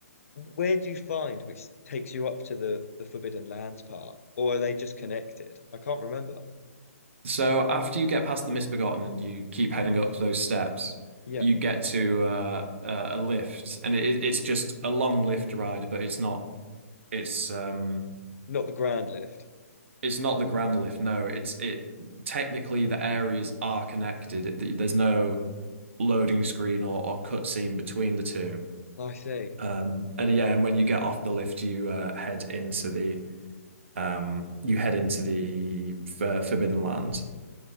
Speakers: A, on the left; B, on the right.
A: where do you find which takes you up to the the Forbidden Lands part, or are they just connected? I can't remember.
B: So after you get past the Misbegotten and you keep heading up those steps,
A: Yeah,
B: you get to uh, uh, a lift, and it, it's just a long lift ride, but it's not it's um
A: not the Grand Lift.
B: it's not the grand lift. No, it's it technically the areas are connected. It, there's no loading screen or, or cutscene between the two
A: I see.
B: Um, and yeah, and when you get off the lift, you uh, head into the um, you head into the for Forbidden Land.